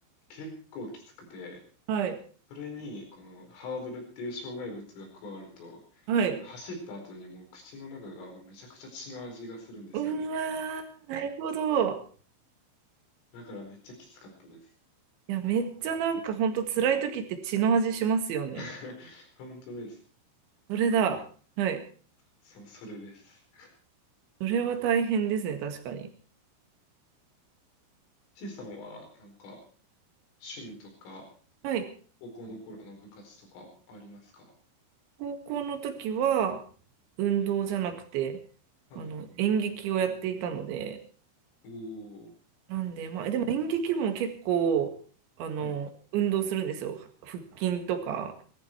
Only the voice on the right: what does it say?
はい。
はい。
うわー、なるほど。
いや、めっちゃなんかほんと辛い時って血の味しますよね。
それだ。
はい。
それは大変ですね、確かに。
はい。
高校の時は運動じゃなくて、
あの、演劇をやっていたので、
なんで、まあ、
でも演劇部も結構、あの、
運動するんですよ。腹筋とか、